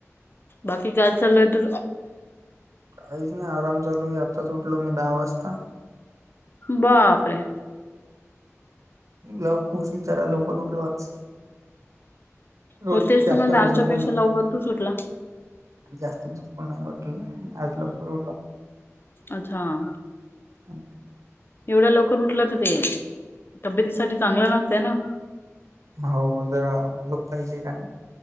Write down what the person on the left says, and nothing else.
बाकी कायं चालूं आहे तूझ?
बापरे.
हो तेच
तर म्हणते आमच्यापेक्षा
लवकर तूच उठला
अच्छां.
एवढ्यां लवकर उठला तरं ते तब्येतीसांठी चांगलं नसतं नां.